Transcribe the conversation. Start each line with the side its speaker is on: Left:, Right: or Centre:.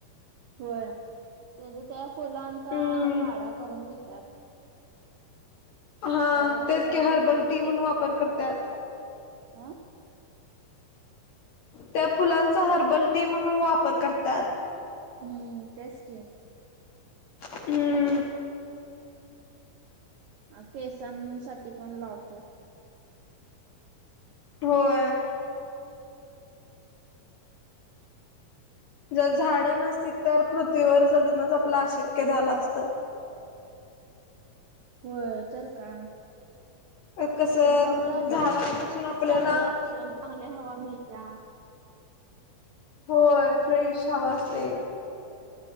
Right: होय त्याचा त्या फुलांचा
Left: हम्म
Right: काढा करून पित्यात
Left: हा,
Right: परत
Left: तेच
Right: त्याच
Left: के हर बलटी म्हणून वापर करतात.
Right: हा,
Left: त्या फुलांचा हर्बल टी म्हणून वापर करतात.
Right: हम्म तेच की,
Left: हम्म,
Right: हा, केसांसाठी पण लावतात.
Left: होय, जर झाडं नसती तर पृथ्वीवर जगणच आपलं अशक्य झालं असतं.
Right: होय, तर का
Left: कसं
Right: त्यांच्यामुळे
Left: झाडांपासून आपल्याला
Right: चांगलं अक्ष ''--'' चांगल्या हवा मिळता.
Left: होय फ्रेश हवा असते.